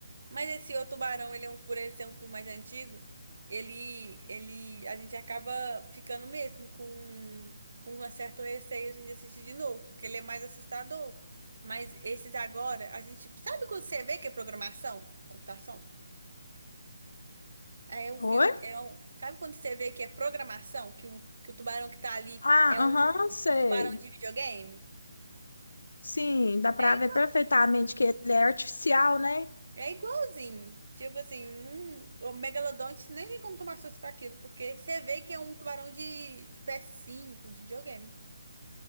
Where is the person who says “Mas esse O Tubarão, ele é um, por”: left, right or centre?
Right